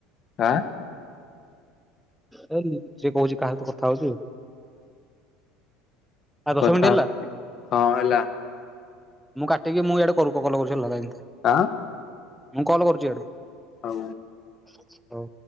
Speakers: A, on the left (about 40°); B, in the centre.
A: ଆଁ।
B: ହେଇ ସେ କହୁଛି କାହା ସହିତ କଥା ହଉଛୁ। ଆଉ ଦଶ
A: କଥା
B: ମିନିଟ୍ ହେଲା
A: ହଁ ହେଲା
B: ମୁଁ କାଟିକି ମୁଁ ଇଆଡେ କଲ କରୁଛି ହୋଲା ଲାଇନି ଥା।
A: ଆଁ।
B: ମୁଁ କଲ କରୁଛିୁ ଇଆଡୁ।
A: ଆଉ।
B: ହଉ।